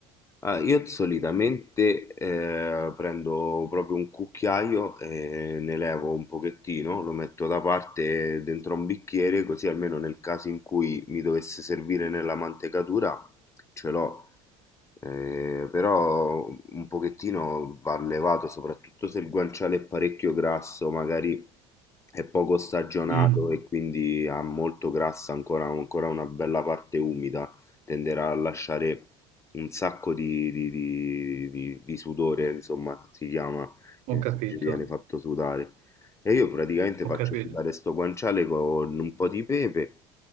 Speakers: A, on the left; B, on the right.
A: Ah, io solitamente eh, prendo proprio un cucchiaio e ne levo un pochettino, lo metto da parte dentro un bicchiere, così almeno nel caso in cui mi dovesse servire nella mantecatura ce l'ho. Eh, però un pochettino va levato, soprattutto se il guanciale è parecchio grasso, magari è poco stagionato
B: Mm,
A: e quindi ha molto grassa ancora ancora una bella parte umida tenderà a lasciare un sacco di, di- di- di- di sudore, insomma, si chiama,
B: ho
A: in
B: capito,
A: Sicilia viene fatto sudare. E io praticamente
B: ho
A: faccio
B: capito.
A: sudare sto guanciale con un po' di pepe